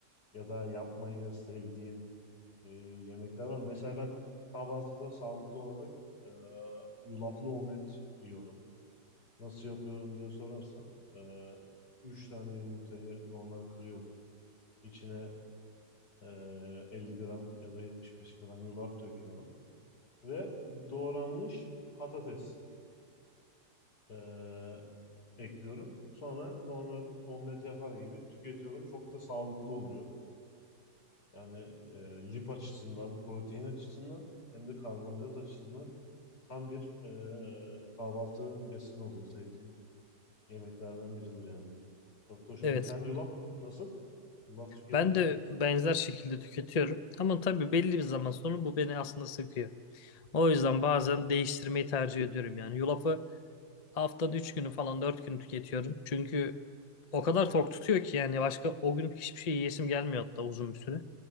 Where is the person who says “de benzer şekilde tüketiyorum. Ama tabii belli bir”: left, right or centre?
Left